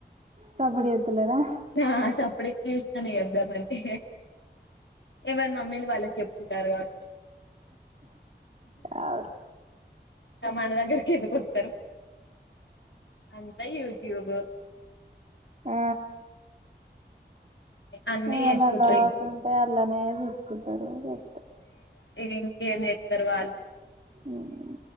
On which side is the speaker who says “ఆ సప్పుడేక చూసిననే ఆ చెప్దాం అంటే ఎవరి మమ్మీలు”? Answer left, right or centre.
Left